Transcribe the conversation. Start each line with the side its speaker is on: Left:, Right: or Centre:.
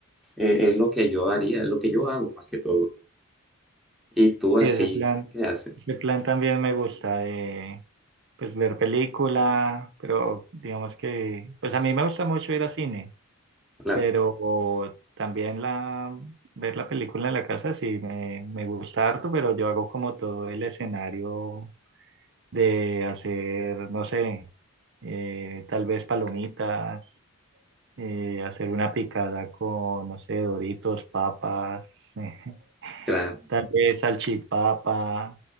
Centre: Eh, es lo que yo haría, es lo que yo hago más que todo. Y tú
Right: Sí,
Centre: así,
Right: ese plan,
Centre: ¿qué haces?
Right: ese plan también me gusta. eh, pues ver película, pero digamos que, pues a mí me gusta mucho ir a cine,
Centre: Claro,
Right: pero también la, ver la película en la casa sí me, me gusta harto, pero yo hago como todo el escenario de hacer, no sé, eh, tal vez palomitas, eh, hacer una picada con, no sé, Doritos, papas, <laughs>
Centre: claro. <laughs>
Right: tal vez salchipapa,